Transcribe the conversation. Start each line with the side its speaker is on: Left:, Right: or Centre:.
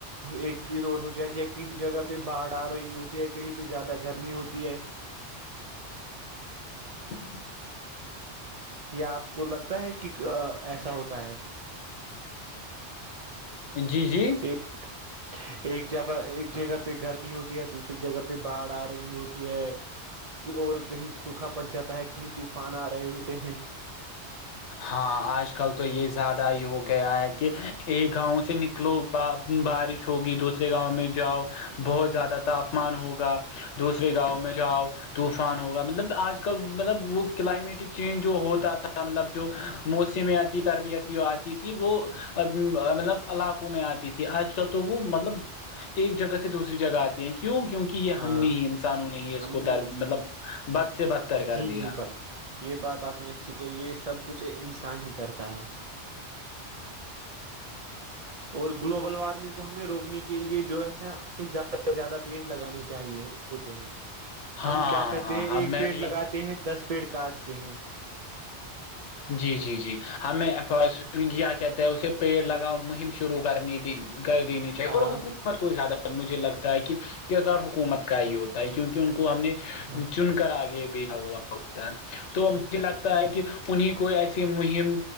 Right: ایک چیز اور ہو جاتی ہے کسی جگہ پہ باڑھ آ رہی ہوتی ہے کہیں پہ زیادہ گرمی ہوتی ہے
Left: <inaudible>
Right: یا آپ کو لگتا ہے کہ ایسا ہوتا ہے
Left: جی جی
Right: ایک ایک جگہ ایک جگہ پہ گرمی ہوتی ہے دوسری جگہ پہ باڑھ آ رہی ہوتی ہے کہ اور کہیں سوکھا پڑ جاتا ہے کہیں طوفان آ رہے ہوتے ہیں
Left: ہاں آج کل تو یہ زیادہ ہی ہو گیا ہے کہ یہ گاؤں سے نکلو بارش ہوگی دوسرے گاؤں میں جاؤ بہت زیادہ تاپمان ہوگا دوسرے گاؤں میں جاؤ طوفان ہوگا مطلب آج کل مطلب وہ کلائمیٹک چینج جو ہوتا تھا مطلب جو موسمیاتی تربیتی آتی تھی وہ مطلب علاقوں میں آتی تھی آج کل تو وہ مطلب ایک جگہ سے دوسری جگہ آتی ہیں کیوں کیونکہ یہ
Right: ہاں
Left: ہم نے ہی انسانوں نے ہی اس
Right: ہم
Left: کو
Right: نے
Left: تر مطلب بد سے بدتر
Right: جی
Left: کر دیا
Right: جی بھائی یہ بات آپ نے اچھی کہی یہ سب کچھ انسان ہی کرتا ہے اور گلوبل وارمنگ کو ہمیں روکنے کے لیے جو ہے زیادہ سے زیادہ پیٹ لگانے چاہیے ہو ہیں
Left: ہاں
Right: ہم کیا کرتے
Left: ہاں
Right: ہیں
Left: ہاں
Right: ایک
Left: میں
Right: پیٹ
Left: بھی
Right: لگاتے ہیں دس پیڑ کاٹتے ہیں
Left: جی جی جی ہمیںگ کیا کہتے ہیں اسے پیڑ لگاؤ مہم شروع کرنی کر دینی ت
Right: ہاں
Left: اور حکومت کو زیادہ مجھے لگتا ہے کہ کردار حکومت کا ہی ہوتا ہے کیونکہ ان کو ہم نے
Right: ہاں
Left: چن کر آگے بیھا ہوا ہوتا ہے تو مجھے لگتا ہے کہ انہیں کو ایسی مہم